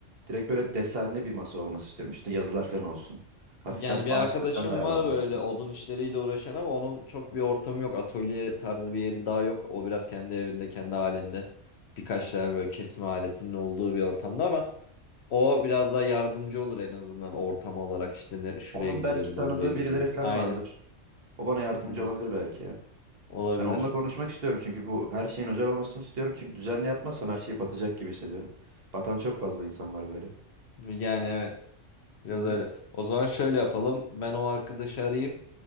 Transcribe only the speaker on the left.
<laughs>
yani bir
arkadaşım
var böyle
odun işleriyle uğraşan ama onun çok bir ortamı yok. Atölye tarzı bir yeri daha yok. O biraz kendi evinde, kendi halinde birkaç tane böyle kesme aletinin olduğu bir ortamda ama o biraz daha yardımcı olur en azından ortam olarak işte ne, şuraya
gidilebilir,
buraya gidilebilir.
Aynen.
Evet.
Olabilir.
Yani evet. Biraz
öyle. O zaman şöyle yapalım. Ben o arkadaşı arayayım.